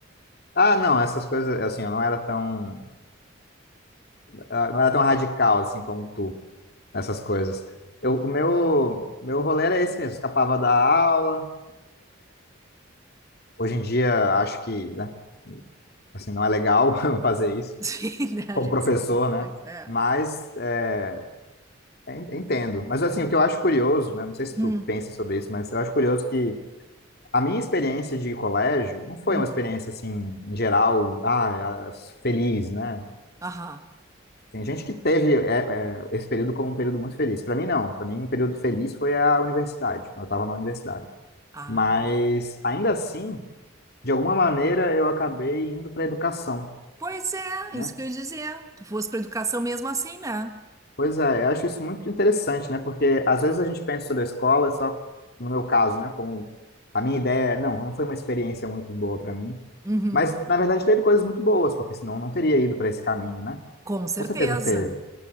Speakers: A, on the left (about 55°); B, on the right (about 15°).
A: Ah, não, essas coisas, assim, eu não era tão, eu não era tão radical, assim, como tu, essas coisas. Eu, o meu, meu rolê era esse mesmo, escapava da aula. Hoje em dia, acho que, né, assim, não é legal <laughs> fazer isso,
B: <laughs> Sim, né?
A: como
B: A gente
A: professor,
B: sabe depois.
A: né?
B: É.
A: Mas, é, en- entendo. Mas, assim, o que eu acho curioso, né, não sei se
B: Hum,
A: tu pensa sobre isso, mas eu acho curioso que a minha experiência de colégio não foi
B: hum.
A: uma experiência, assim, em geral, ah, feliz, né?
B: Aham.
A: Tem gente que teve é, é, esse período como um período muito feliz. Para mim, não. Para mim, um período feliz foi a universidade, quando eu estava na universidade.
B: Ah.
A: Mas, ainda assim, de alguma maneira, eu acabei indo para a educação,
B: Pois é,
A: né?
B: isso que eu ia dizer. Tu fosse pra educação mesmo assim, né?
A: Pois é, eu acho isso muito interessante, né? Porque às vezes a gente pensa sobre a escola, só no meu caso, né? Como a minha ideia, não, não foi uma experiência muito boa para mim.
B: Uhum.
A: Mas, na verdade, teve coisas muito boas, porque senão eu não teria ido para esse caminho, né?
B: Com certeza.
A: Com certeza teve.